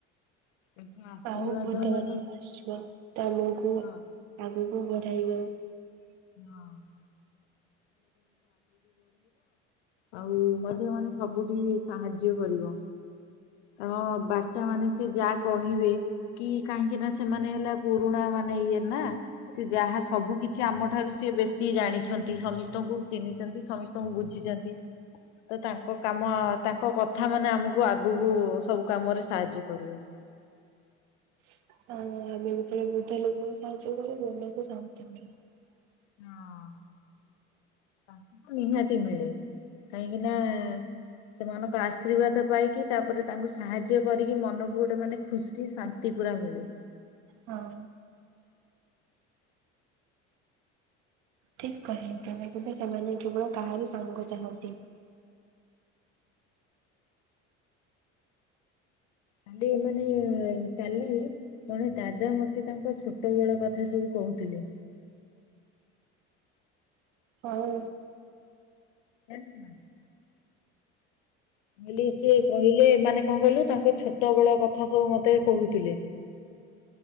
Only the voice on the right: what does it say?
<unintelligible>
<unintelligible>
<inaudible>
ହଁ ଠିକ କହିଲ ନା ତବେ ସେମାନେ କେବଳ କାହାରି ସାଙ୍ଗକୁ ଚାହାନ୍ତି
ହଉ,